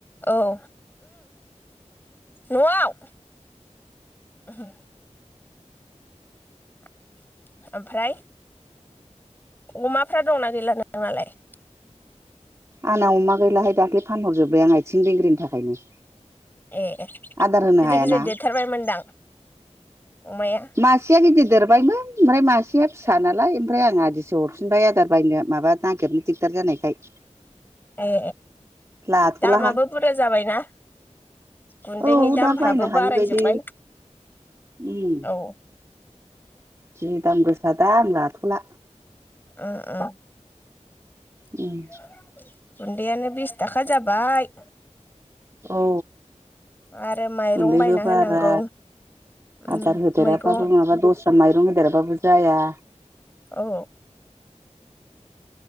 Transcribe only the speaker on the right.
आंना अमा गैलाहाय दाख्लै फानहरजोब्बाय आं आथिं लिंग्रिनि थाखायनो
आदार होनो
हायाना
मासेया गिदिर देरबायमोन ओमफ्राय मासेया फिसा नालाय ओमफ्राय आं आदिसो हरफिनबाय आदार बायनो माबा नागिरनो दिगदार जानायखाय <inaudible>
लाथ'लाहां
औ
दा बायनो हायै
बायदि उम
जि दाम गोसा दा आं लाथला
उम
औ।
गुन्दैबो
बारा
आदार होदेराबाबो
माबा दस्रा माइरं होदेराबाबो जाया।